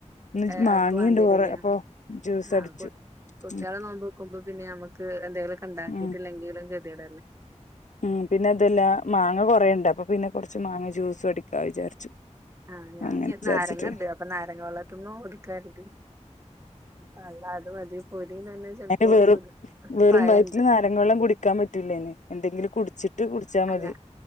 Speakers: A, on the left; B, on the right.
A: ഇന്ന്
B: ആഹ്
A: ജ് മാങ്ങീണ്ട്
B: അവർക്ക് വേണ്ടി വരൂല്ലേ
A: കൊറെ അപ്പൊ ജ്യൂസ്
B: ആഹ്
A: അടിച്ചു
B: കു കുട്ടിയേള്
A: ഉം
B: നോൽമ്പോക്കുമ്പം പിന്നെ നമുക്ക് എന്തേലൊക്കെ ഉണ്ടാക്കിട്ടില്ലെങ്കിലും
A: ഉം
B: കെ ത്യേടല്ലേ.
A: ഉം പിന്നെ അതു അല്ലാ മാങ്ങ കൊറേണ്ട് അപ്പ പിന്നെ കൊർച്ച് മാങ്ങ ജ്യൂസു അടിക്കാ വിചാരിച്ചു.
B: ആഹ് ഞാൻ
A: അങ്ങനെ
B: ഇഞ്
A: വിചാരിച്ചിട്ട്
B: നാരങ്ങണ്ട്. അപ്പൊ നാരങ്ങ വെള്ളത്തിമ്മ ഒതുക്കാര്തി. അല്ല അത് മതി പൊരിം തന്നെ ചെലപ്പോ
A: അയ്ന് വെറും
B: ഒരു
A: വെറും
B: പഴണ്ട്
A: വയറ്റില് നാരങ്ങ വെള്ളം കുടിക്കാൻ പറ്റൂല്ലയ്ന്. എന്തെങ്കിലും കുടിച്ചിട്ട് കുടിച്ചാ മ
B: ങ്എ